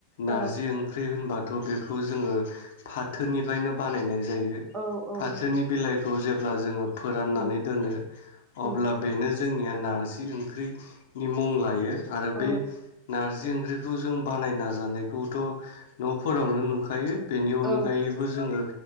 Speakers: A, on the left; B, on the right.
A: नारजि
B: औ
A: ओंख्रि होनबा थ' बेखौ जोङो फाथोनिफ्रायनो बानायनाय ज जायो
B: औ औ
A: फाथोनि
B: नंगौ
A: बिलाइखौ जेब अब्ला जोङो फोराननानै
B: उम
A: दोनो अब्ला
B: उम
A: बेनो जोंनिया नारजि ओंख्रिनि मुं लायो। आरो
B: औ
A: बे नारजि ओंख्रिखौ जों बानायना जानायखौथ' न'फोरावनो नुखायो बेनि अनगायैबो
B: औ
A: जोङो